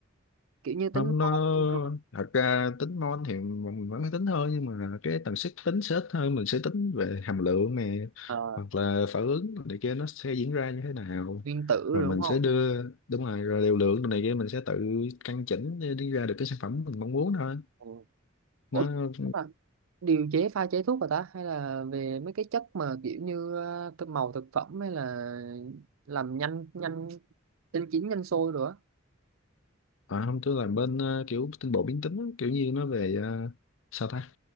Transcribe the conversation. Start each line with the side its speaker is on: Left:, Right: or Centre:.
Right: Kiểu như tính
Left: không
Right: mol
Left: nó
Right: rồi.
Left: thật ra tính môn thì mình vẫn phải tính thôi nhưng mà cái tần suất tính sẽ ít hơn mình sẽ tính về hàm lượng này
Right: Ờ,
Left: hoặc là phản ứng này kia nó sẽ diễn ra như thế nào
Right: nguyên tử
Left: rồi
Right: rồi
Left: mình
Right: đúng không?
Left: sẽ đưa đúng rồi rồi liều lượng này kia mình sẽ tự căn chỉnh để đi ra được cái sản phẩm mình mong muốn thôi
Right: Ừ. Ủa,
Left: nó
Right: à, điều chế pha chế thuốc rồi ta? Hay là về mấy cái chất mà kiểu như ờ, cái màu thực phẩm hay là làm nhanh nhanh nhanh chín nhanh sôi rồi á?
Left: À, không tôi làm bên ờ, kiểu tinh bột biến tính á, kiểu như nó về ờ, sao ta